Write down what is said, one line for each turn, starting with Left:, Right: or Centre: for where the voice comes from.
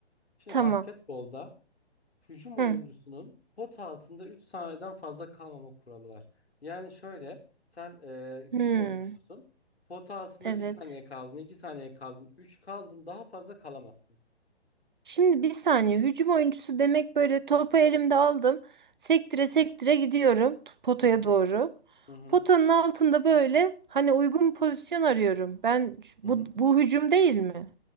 Left: Şimdi
Right: Tamam.
Left: basketbolda hücum oyuncusunun
Right: Hı.
Left: pot altında 3 saniyeden fazla kalmama kuralı var. Yani şöyle, sen e, hücum
Right: Hı.
Left: oyuncususun. Pot altında
Right: Evet.
Left: bir saniye kaldın, 2 saniye kaldın, 3 kaldın daha fazla kalamazsın.
Right: Şimdi bir saniye. Hücum oyuncusu demek böyle topu elimde aldım. Sektire sektire gidiyorum t- potaya
Left: Hı hı,
Right: doğru.
Left: hı hı,
Right: Potanın altında böyle hani uygun pozisyon arıyorum. Ben
Left: hı
Right: bu
Left: hı.
Right: bu hücum değil mi?